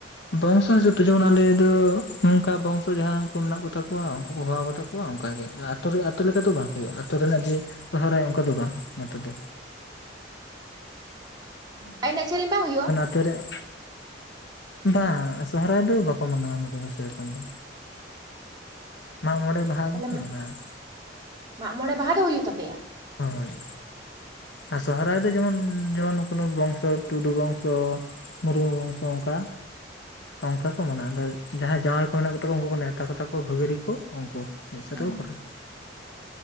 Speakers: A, on the left; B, on the right.
A: ᱵᱚᱝᱥᱚ ᱦᱤᱥᱟᱵᱽ ᱛᱮ ᱡᱮᱢᱚᱱ ᱟᱞᱮ ᱫᱚ ᱱᱚᱝᱱᱠᱟ ᱵᱚᱝᱥᱚ ᱡᱟᱦᱟᱸᱭ ᱠᱚ ᱢᱮᱱᱟᱜ ᱠᱚᱛᱟ ᱠᱚᱣᱟ ᱩᱱᱠᱩ ᱠᱚ ᱦᱚᱦᱚᱣᱟᱠᱚᱛᱮ ᱠᱭᱣᱟ ᱚᱱᱠᱟᱟᱜ ᱜᱮ ᱟ ᱟᱹᱛᱩ ᱨᱮ ᱟᱛᱩ ᱞᱮᱠᱟ ᱫᱚ ᱵᱟᱝ ᱦᱳᱭᱩᱜ-ᱟ, ᱟᱹᱛᱩᱳ ᱨᱮᱱᱟᱜ ᱡᱮ ᱥᱚᱦᱨᱟᱭ ᱚᱱᱠᱟ ᱫᱚ ᱵᱟᱝ ᱱᱚᱛᱮ ᱫᱚ᱾
B: ᱟ ᱮᱱᱮᱡ ᱥᱮᱨᱮᱧ ᱵᱟᱝ ᱦᱩᱭᱩᱜᱼᱟ?
A: ᱥᱮᱨᱮᱜ ᱵᱟᱝ ᱟ ᱥᱚᱦᱚᱨᱟᱭ ᱫᱚ ᱵᱟᱠᱚ ᱢᱟᱱᱟᱣᱟ ᱱᱚᱛᱮ ᱫᱚ ᱥᱮᱤ ᱨᱚᱠᱚᱢ ᱫᱚ᱾ ᱢᱟᱜᱽ ᱢᱚᱸᱬᱮ ᱵᱟᱦᱟ
B: ᱛᱟᱦᱞᱮ
A: ᱜᱮᱠᱚ ᱢᱟᱱᱟᱣᱟ᱾
B: ᱢᱟᱜ ᱢᱚᱸᱲᱮ ᱵᱟᱦᱟ ᱫᱚ ᱦᱩᱭᱩᱜ ᱛᱟᱯᱮᱭᱟ?
A: ᱦᱳᱭ᱾ ᱟᱨ ᱥᱚᱦᱨᱟᱭ ᱫᱚ ᱡᱮᱢᱚᱱ ᱡᱮᱢᱚᱱ ᱱᱩ ᱠᱳᱱᱳ ᱵᱚᱝᱥᱚ ᱴᱩᱰᱩ ᱵᱚᱝᱥᱚ, ᱢᱩᱨᱢᱩ ᱵᱚᱝᱥᱚ ᱚᱱᱠᱟ
B: <inaudible>
A: ᱚᱝᱠᱷᱟ ᱠᱚ ᱢᱟᱱᱟᱣᱟ᱾ ᱟᱫᱚ ᱡᱟᱦᱟᱸᱭ ᱡᱟᱶᱟᱭ ᱠᱚ ᱢᱮᱱᱟᱜ ᱠᱚᱛᱟ ᱠᱚᱣᱟ ᱩᱱᱠᱩ ᱠᱚ ᱱᱮᱣᱛᱟ ᱠᱚᱛᱟ ᱠᱚᱣᱟ ᱵᱷᱟᱹᱜᱤᱨᱤ ᱠᱚ ᱩᱱᱠᱩ᱾ ᱢᱤᱫ ᱥᱟᱛᱮ
B: ᱦᱮᱸ
A: ᱠᱚ ᱠᱚᱨᱟᱣᱟ᱾